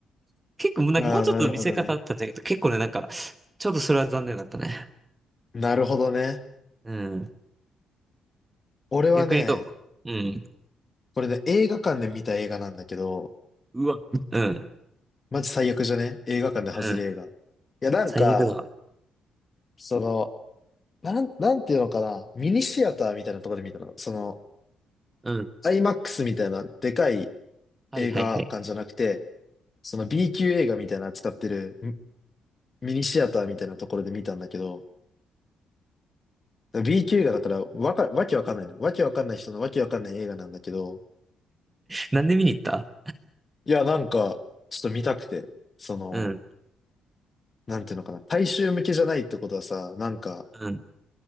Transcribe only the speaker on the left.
い。ああ、なるほどね。
なるほどね。
俺はね、
これね、映画館で見た映画なんだけど、
マジ最悪じゃね映画館で外れ映画。
いや、なんか、
その、なん、なんていうのかな、ミニシアターみたいなところで見たの。その、
IMAX みたいなでかい
映画館じゃなくて、その B 級映画みたいな使扱ってるミミニシアターみたいなところで見たんだけど、B 級映画だからわか、わけわかんないの。わけわかんない人のわけわかんない映画なんだけど、
いや、なんか、ちょっと見たくて、その、
なんていうのかな、大衆向けじゃないってことはさ、なんか、